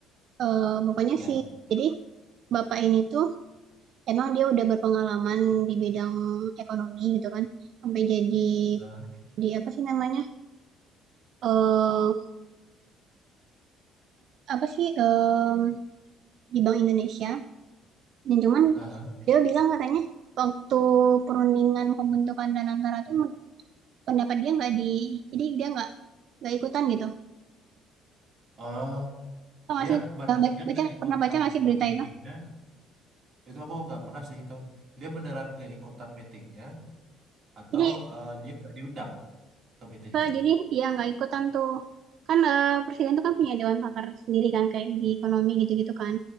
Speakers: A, on the right (about 60°); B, on the right (about 35°).
A: eee, pokoknya
B: ya.
A: sih jadi bapak ini tuh emang dia udah berpengalaman di bidang ekonomi gitu kan, sampai jadi
B: Eh,
A: di apa sih namanya, eee, apa sih, mmm, di Bank Indonesia dan cuman
B: eh.
A: dia bilang katanya waktu perundingan pembentukan Danantara tuh Pendapat dia nggak di jadi dia nggak nggak ikutan gitu.
B: Oh,
A: Tau nggak
B: dia
A: sih,
B: benar dia
A: baca
B: nggak ikutan
A: pernah baca nggak sih berita
B: eh, meetingnya.
A: itu?
B: Itu aku nggak pernah sih itu. Dia beneran nggak ikutan meetingnya atau
A: Jadi
B: eh, dia nggak diundang ke meeting
A: eee,
B: itu?
A: jadi iya nggak ikutan tuh. Kan, eee, presiden itu kan punya dewan pakar sendiri kan kayak di ekonomi gitu-gitu kan.